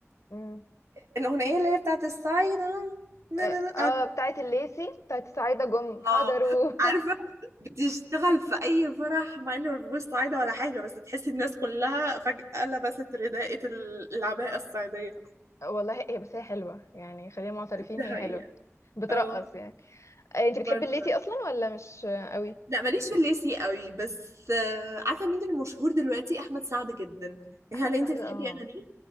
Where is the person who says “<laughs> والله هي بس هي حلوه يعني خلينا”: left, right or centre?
Left